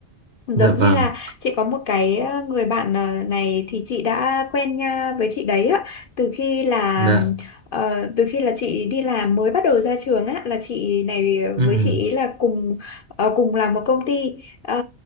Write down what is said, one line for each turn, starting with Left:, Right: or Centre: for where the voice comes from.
Left: Giống
Right: dạ vâng
Left: như là chị có một cái ờ, người bạn ờ, này thì chị đã quen nha với chị đấy á từ khi là
Right: dạ
Left: ờ, từ khi là chị đi làm mới bắt đầu ra trường á là chị này
Right: Ừm.
Left: với chị ý là cùng ờ, cùng làm một công ty Ờ,